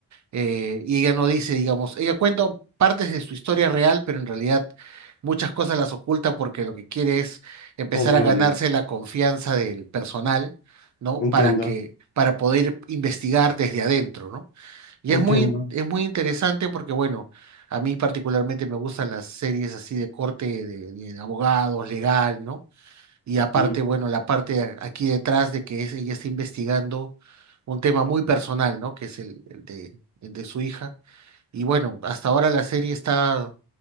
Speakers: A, on the right; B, on the left.
A: eh, y ella no dice, digamos, ella cuenta partes de su historia real, pero en realidad muchas cosas las oculta porque lo que quiere es empezar
B: Obvio,
A: a ganarse
B: obvio.
A: la confianza del personal, ¿no?
B: Entiendo,
A: Para que, para poder investigar desde adentro, ¿no? Y
B: entiendo.
A: es muy, es muy interesante porque, bueno, a mí particularmente me gustan las series así de corte de, de abogados, legal, ¿no? Y aparte,
B: Mm,
A: bueno, la parte a- aquí detrás de que es- ella está investigando un tema muy personal, ¿no? Que es el, el de, el de su hija. Y bueno, hasta ahora la serie está,